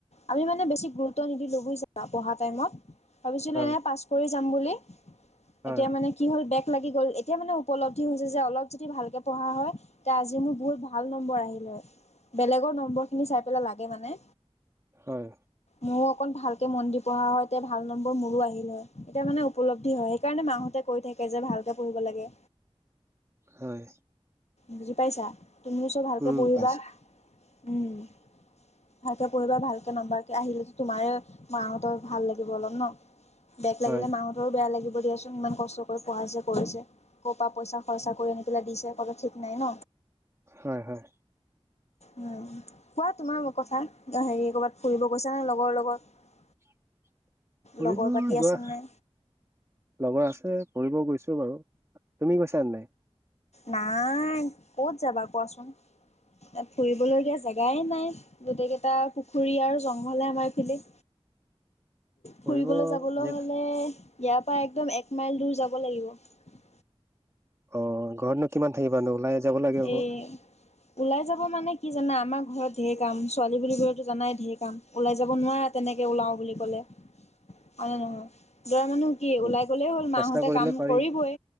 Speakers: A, on the left; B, on the right.
A: আমি মানে বেছি গুৰুত্ব নিদিলো বুজিছা পঢ়া টাইমত। ভাবিছিলো
B: হয়
A: এনে পাছ কৰি যাম বুলি।
B: হয়
A: এতিয়া মানে কি হল বেগ লাগি গ'ল এতিয়া মানে উপলব্ধি হৈছে যে অলপ যদি ভালকৈ পঢ়া হয়। তেতিয়া আজি মোৰ বহুত ভাল নম্বৰ আহিল হয় বেলেগৰ নম্বৰখিনি চাই পেলাই লাগে মানে
B: হয়।
A: মোৰ অকণ ভাল কে মন দি পঢ়া হয় তেতিয়া ভাল নম্বৰ মোৰো আহিল হয়। এতিয়া মানে উপলব্ধি হয়। সেইকাৰণে মাহঁতে কৈ থাকে যে ভাল কে পঢ়িব লাগে।
B: হয়।
A: বুজি পাইছা? তুমিও চো ভালকে
B: উম
A: পঢ়িবা।
B: পাইছো
A: উম ভালকে পঢ়িবা ভালকে নাম্বাৰ আহিলেতো তোমাৰেই মাহতৰ ভাল লাগিব অলপ ন? বেগ
B: হয়
A: লাগিলে মাহতৰো বেয়া লাগি ব দিয়াচোন ইমান কষ্ট কৰি পঢ়াইছে পঢ়িছে কৰপা পইচা খৰচা কৰি আনি পেলাই দিছে। কোনো ঠিক নাই ন?
B: হয় হয়
A: উম কোৱা তোমাৰ কথা হেৰি কৰবাত ফুৰিব গৈছা নে লগৰ লগত?
B: <inaudible> ফুৰিব
A: লগৰ পাতি
B: যোৱা
A: আছে নে?
B: লগৰ আছে ফুৰিব গৈছো বাৰু তুমি গৈছা নাই।
A: নাই ক'ত যাবা কোৱাচোন? ফুৰিবলগীয়া জেগাই নাই গোটেইকেইটা পুখুৰী আৰু জংঘলে আমাৰ পিনে
B: <inaudible> ফুৰিব
A: ফুৰিবলৈ যাবলৈ
B: যে
A: হলে ইয়াৰ পৰা একদম এক মাইল দূৰ যাব লাগিব।
B: অ ঘৰত নো কিমান থাকিবা নো ওলাই যাব লাগে আক'?
A: এই ওলাই যাব মানে কি জানা আমাৰ ঘৰত ঢেৰ কাম ছোৱালী বুলি কলেতো জানাই ঢেৰ কাম ওলাই যাব নোৱাৰা তেনে কে উলাও বুলি ক'লে, হয় নে নহয়। ল'ৰা মানুহ কি
B: উম
A: ওলাই গ'লেই হ'ল
B: চেষ্টা
A: মাহঁতে
B: কৰিলে
A: কাম
B: পাৰি
A: কৰিবই।